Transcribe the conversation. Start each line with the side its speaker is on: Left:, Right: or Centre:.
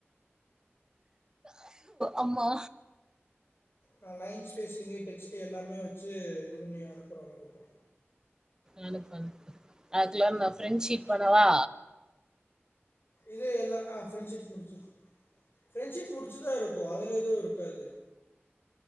Right: அம்மா
Left: நா லைன் ஸ்பேஸிங்கு டெக்ஸ்ட்டு எல்லாமே வெச்சு இது பண்ணி அனுப்புற உனக்கு இப்போ
Right: அனுப்பு அனுப்பு அதுக்குல நா ஃப்ரெண்ட் ஷீட் பண்ணவா
Left: இதே எல்லா ஆ ஃப்ரெண்ட் ஷீட் முடிச்சிர்ரு ஃப்ரெண்ட்ஷீட் முடிச்சுதா இருக்கு அதுல எதுவு இருக்காது